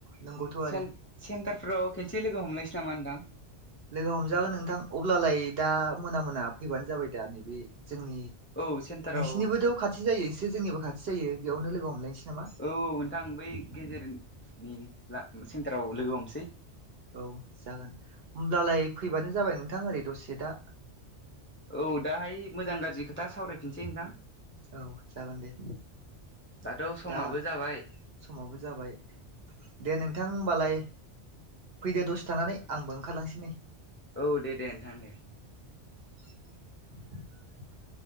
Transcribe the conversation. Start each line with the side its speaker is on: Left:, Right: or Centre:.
Right: नंगौथ'
Left: सेन्ट-सेन्टारफोराव
Right: आरो
Left: खनसे लोगो हमलनोसै नामा नोंथां?
Right: लोगो हमजागोन नोंथां अब्लालाय दा मोना मोना फैबानो जाबाय दा नैबे जोंनि
Left: औ सेन्टाराव
Right: नोंसिनिबोथ' खाथि जायो एसे जोंनिबो खाथि जायो बेयावनो लोगो हमलायनोसै। नामा
Left: औ औ नोंथां बै गेजेरनि ला सेन्टाराव लोगो हमसै।
Right: औ जागोन होमब्लालाय फैबानो जाबाय नोंथां ओरै दसे दा।
Left: औ दाहाय मोजां गाज्रि खोथा सावरायफिनसै नोंथां।
Right: औ जागोन दे।
Left: दाथ' समाबो
Right: दा
Left: जाबाय।
Right: समाबो जाबाय दे नोंथां होमबालाय फैदो दसे थानानै आंबो ओंखारलांसै नै।
Left: औ दे दे नोंथां दे।
Right: <inaudible>